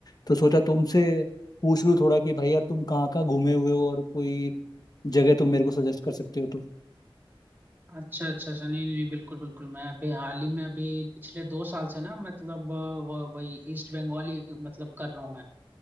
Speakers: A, on the left; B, on the right.
A: तो सोचा तुमसे पूछ लूं थोड़ा कि भाई यार तुम कहाँ कहाँ घूमे हुए हो और कोई जगह तुम मेरे को सजेस्ट कर सकते हो तो
B: अच्छा अच्छा अच्छा नहीं नहीं नहीं, बिल्कुल बिल्कुल मैं अभी हाल ही में अभी पिछले दो साल से ना मतलब अ, व- वही ईस्ट बंगाली मतलब कर रहा हूँ मैं